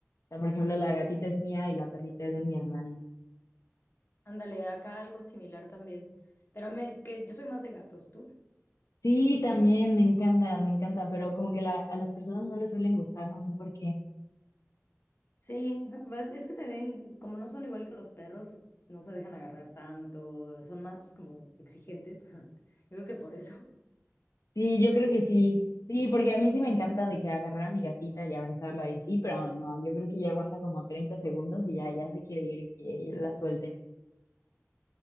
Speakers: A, on the left; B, on the left.
A: o sea, por ejemplo, la gatita es mía y la perrita es de mi hermano.
B: Ándale, acá algo similar también. Pero me, que yo soy más de gatos, ¿tú?
A: Sí, también me encantan, me encantan, pero como que la- a las personas no les suelen gustar, no sé por qué.
B: Sí, o sea, ve- es que también, como no son igual que los perros, es- no se dejan agarrar tanto, son más como exigentes. <laughs> Yo creo que por eso.
A: Sí, yo creo que sí. Sí, porque a mí sí me encanta de que agarrar a mi gatita y abrazarla y sí pero no, yo creo que ya aguanta como 30 segundos y ya, ya se quiere ir y que la suelte.